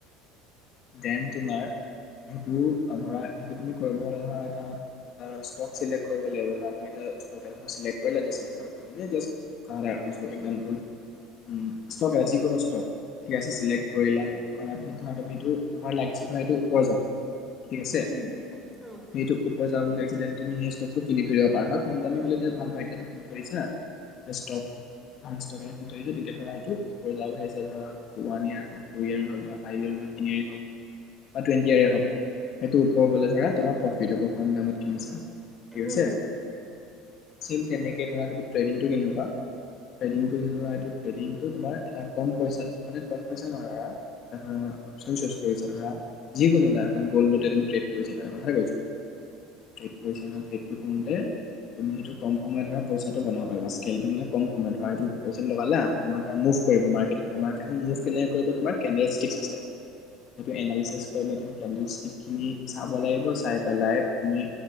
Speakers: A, on the left; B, in the centre.
A: দেন, তোমাৰ এইটো ধৰা এইটো তুমি কৰিব হ'লে নহয় তুমি এটা ষ্ট'ক ডিলেক্ট কৰিব লাগিব। ধৰা তুমি এটা স্প'কেল ডিলেক্ট কৰিলা বাচ হৈ যাৱ। এই জাষ্ট কৰা নাই আৰু। Just for example um, stock যিকোনো ষ্টক ঠিক আছে চিলেক্ট কৰিলা। কৰাৰ পিছত ধৰা তুমি সেইটো তোমাৰ লাগিছে ধৰা এইটো ওপৰ যাব। ঠিক আছে
B: উম, অ'
A: সেইটো যাব লাগিছে তুমি সেই ষ্ট'ভ টো কিনি থৈ দিব পাৰা। কম দামি হলেও এতিয়া ভাল হয়। এতিয়া কৰিছা? ষ্ট'ক এডভান্স এটা কৰি থৈ আহিছো। তেতিয়া ধৰা সেইটো ওপৰ যাব আহিছে। ওৱান ইয়েৰ হয় টো ইয়েৰ নহয়। ধৰা আয় ওৱেৰ সময় খিনিত। বা টুৱেন্টি ইয়াৰে হওক। সেইটো ওপৰ গ'লে ধৰা তোমাৰ প্ৰফিত হ'ব। কিমান ত কিনিছা? ঠিক
B: হম।
A: আছে চেম তেনেকে ধৰা তুমি ট্ৰেইনিং টো কিনিব পাৰা। ট্ৰেডিংটো ধৰা এইটো ট্ৰেডিংটো তোমাৰ এটা কম পইচাত মানে কম। <unintelligible> ধৰিছো ধৰা, যিকোনো এটা গল্ড টো তুমি যেতিয়া ট্ৰেড কৰিছা ধৰা সঁচাই কৈছোঁ পইচা বেগটো থওঁতে তুমি সেইটো কম সময়ত ধৰা পইচাটো বনাব পাৰিবা। স্কেল দি কিনে কম সময়ত ধৰা এইটো পইচেল লগালা তোমাৰাৰ মুভ কৰিব মাৰ্কেট মানে মাৰ্কট খন মুভ কেনেকৈ কৰিব তোমাৰ কেমেৰা ষ্টিকছ আছে। সেইটো এনালিচিছ কৰিলা তুমি? কিস্তি খিনি চাব লাগিব, চাই এলাইভ মি